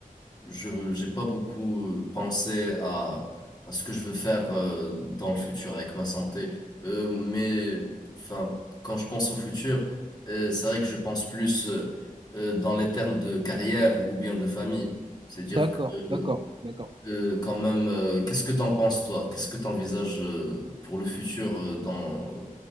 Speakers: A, on the left (about 30°); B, on the right (about 35°).
A: je j'ai pas beaucoup euh, pensé à, à ce que je veux faire euh, dans le futur avec ma santé. Euh, mais enfin, quand je pense au futur, euh, c'est vrai que je pense plus euh, euh, dans les termes de carrière ou bien de famille. C'est-à-dire
B: D'accord,
A: que
B: d'accord, d'accord.
A: euh, quand même, euh, qu'est-ce que t'en penses toi? Qu'est-ce que t'envisages euh, pour le futur euh, dans,